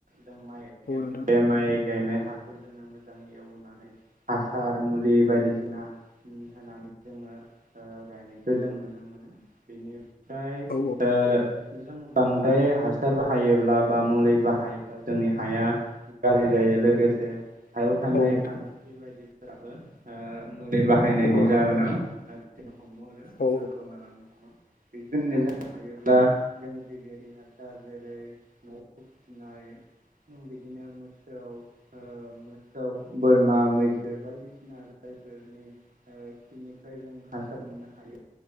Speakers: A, on the right (about 65°); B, on the left (about 80°).
A: जों माइ गायगोन
B: औ नोंथां
A: बे माइ गायनाय हाखौ जोङो मोजाङै एवनानै हासार मुलि बायदिसिना होनानै जोङो। ओ-ओ गायनायखौ जों नुनो मोनो बेनि फ्राय
B: औ
A: ओ जों बांद्राय हासार बाहायोब्ला बा मुलि बाहा थायोब्ला जोंनि हाया गाज्रि जायो लोगोसे हायाव थानाय
B: औ नोंथां
A: खानस्रि बायदि फोराबो ओ मुलि बाहायनायनि
B: औ
A: जाहोनाव <inaudible> हमो आरो
B: औ
A: आरो गोमालांनो हमो। बिदिनो जानो हायोब्ला जों जिबियारि हासार जेरै न' नाय ओम बिदिनो मोसौ ओ मोसौ बोरमा मैसो बायदिसिना जायफोरनि ओ बिनिफ्राय जों हासार मोननो हायो